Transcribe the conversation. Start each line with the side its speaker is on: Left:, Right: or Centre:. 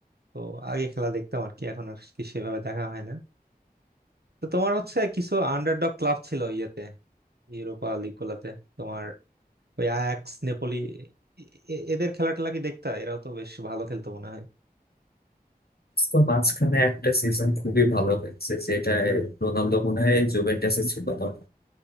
Right: তো আগে খেলা দেখতাম আর কি এখন আর কি সেভাবে দেখা হয় না তো তোমার হচ্ছে কিছু আন্ডারডগ ক্লাব ছিল ইয়েতে ইউরোপা লিগ গুলাতে তোমার ওই আয়াক্স নেপোলি এ- এ- এদের খেলা টেলা কি দেখতা এরাও তো বেশ ভালো খেলতো মনে হয়
Left: তো মাঝখানে একটা সিজন খুবই ভালো হয়েছে যেটা রোনালদো মনে হয় জুভেন্টাসে ছিল না